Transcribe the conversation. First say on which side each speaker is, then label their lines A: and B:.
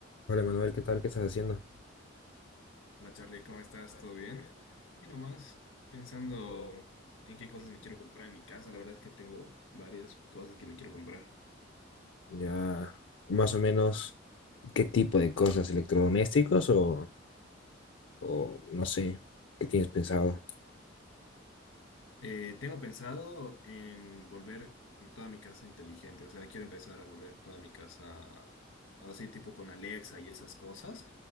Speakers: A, on the left; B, on the left.
A: Hola Manuel, ¿qué tal? ¿Qué estás haciendo?
B: Hola Charlie,
A: Santi,
B: ¿cómo
A: ¿cómo
B: estás?
A: estás?
B: ¿Todo bien?
A: ¿Todo bien?
B: Aquí nomás, pensando
A: Ando-
B: en qué
A: ¿en
B: cosas
A: qué-
B: me quiero comprar en mi casa. La verdad es que tengo varias cosas que me quiero comprar.
A: Ya, más o menos, ¿qué tipo de cosas? ¿Electrodomésticos o, o no sé, qué tienes pensado?
B: Eh, tengo pensado en volver toda mi casa inteligente. O sea, quiero empezar a volver toda mi casa así tipo con Alexa y esas cosas,